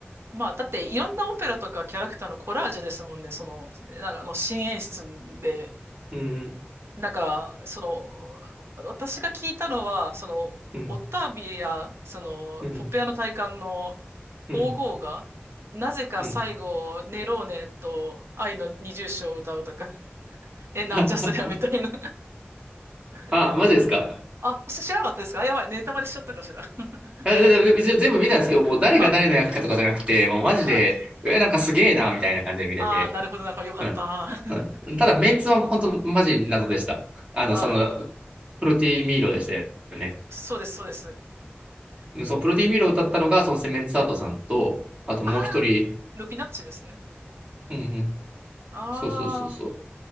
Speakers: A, on the right; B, on the right.
A: まあ、だって、いろんなオペラとかキャラクターのコラージュですもんね。その、なんか、あの、新演出で、
B: うん、
A: なんか、その、私が聞いたのは、その、
B: うん、
A: オッタービや、その、
B: うん、
A: ポッペアの大官の
B: うん、
A: 皇后が、なぜか最後、
B: うん。
A: ネローネと愛の二重唱を歌うとか、<laughs> え、なんじゃそりゃみたいな
B: <laughs>
A: <laughs>
B: あ、マジですか
A: あ、し知らなかったですかあやばい、ネタバレしちゃったかしら。<laughs>
B: やで、で、一応全部見たんですけど、もう誰が誰の役かとかじゃなくて、
A: あ、
B: もうマジで、
A: あ、
B: え、なんかすげえな、みたいな感じで見れて。
A: あー、なるほど、なるほど、よかった。
B: うん。
A: <laughs>
B: うん。ただ、メンツは本当マジ謎でした。あの、
A: あ、
B: その、プロティミーロでしたよね。
A: そうです、そうです。
B: うんそう、
A: そう。
B: プロティミーロを歌ったのが、そのセメンツアートさんと、あともう一人、
A: あー、ルピナッチですね。
B: うんうん。
A: あ
B: そうそうそうそう。